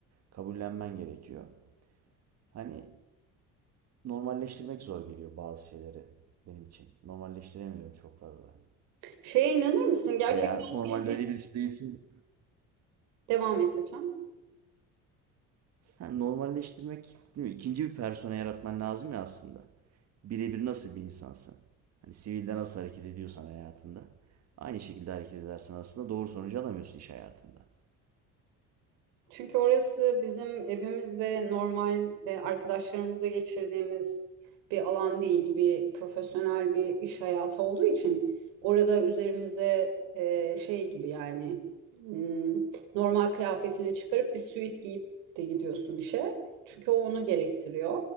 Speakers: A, on the right; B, on the right.
A: kabullenmen gerekiyor. Hani normalleştirmek zor geliyor bazı şeyleri benim için. Normalleştiremiyorum çok fazla.
B: Şeye inanır mısın? Gerçekten
A: Veya normalde
B: işini
A: öyle birisi değilsin.
B: devam et lütfen.
A: Ha, normalleştirmek, bilmiyorum, ikinci bir persona yaratman lazım ya aslında. Birebir nasıl bir insansın? Hani sivilde nasıl hareket ediyorsan hayatında. Aynı şekilde hareket edersen aslında doğru sonucu alamıyorsun iş hayatında.
B: Çünkü orası bizim evimiz ve normal e, arkadaşlarımızla geçirdiğimiz bir alan değil, bir profesyonel bir iş hayatı olduğu için orada üzerimize e, şey gibi yani hmm, normal kıyafetini çıkarıp bir süit giyip de gidiyorsun işe. Çünkü o onu gerektiriyor.